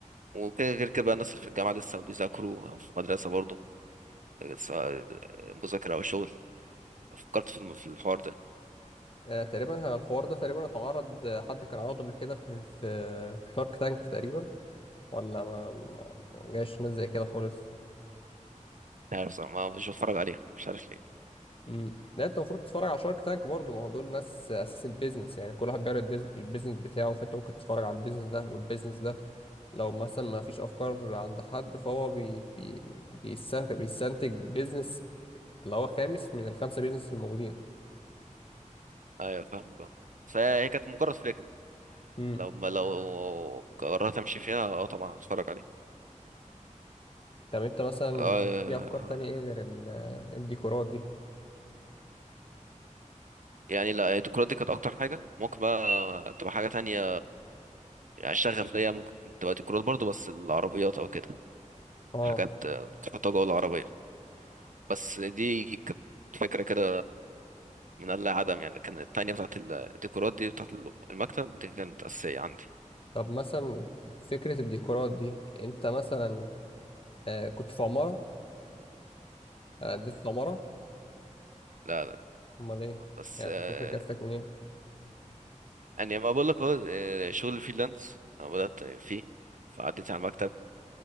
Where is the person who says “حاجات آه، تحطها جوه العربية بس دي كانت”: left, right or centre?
Right